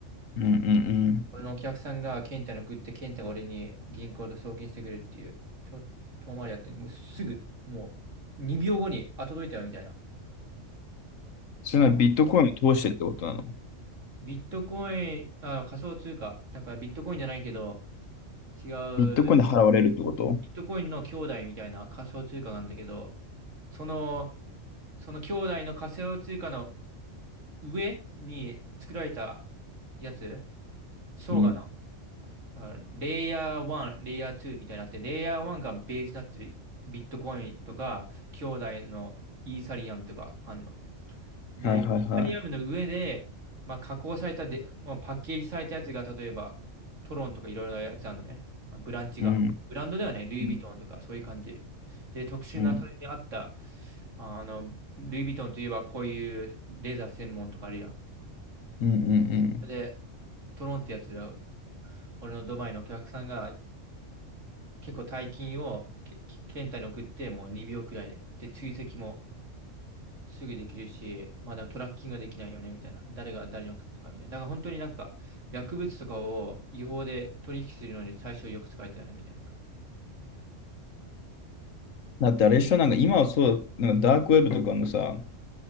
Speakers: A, on the left; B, on the right.
A: うんうんうん。
B: 俺のお客さんがケンタに送って、ケンタが俺に銀行で送金してくれるっていう、ちょっと遠回りやってる。もうすぐ、もう2秒後に、あ、届いたよみたいな。
A: そういうのはビットコインを通してってことなの
B: まビットコイン、あ、仮想通貨、だからビットコインじゃないけど、違
A: ビットコインで払われるってこと
B: うビットコインの兄弟みたいな仮想通貨なんだけど、その、その兄弟の仮想通貨の上に作られたやつ、相がの、
A: うん。
B: あレイヤー1、レイヤー2みたいになって、レイヤー1がベースになってるビットコインとか、兄弟のイーサリアムとかあんの。で、
A: はいはいはい。
B: イタリアムの上で、まあ、加工されたで、まあ、パッケージされたやつが、例えば、トロンとかいろいろなやつあるのね。まあ、ブランチが。
A: うん。
B: ブランドではね、ルイ・
A: うん。
B: ヴィトンとか、そういう感じ。で、特殊な、
A: うん
B: それに合った、あの、ルイ・ヴィトンといえば、こういうレザー専門とかあるやん。
A: うんうん。
B: で、トロンってやつで、俺のドバイのお客さんが、結構大金をけけ検体に送って、もう2秒くらいで。で、追跡も、すぐできるし、まあでもトラッキングはできないよね、みたいな。誰が誰に送ったかみたいな。だから本当になんか、薬物とかを違法で取引するのに最初よく使えたよね、みたいな。
A: だってあれ一緒なんか今はそう、なんかダークウェブとかもさ、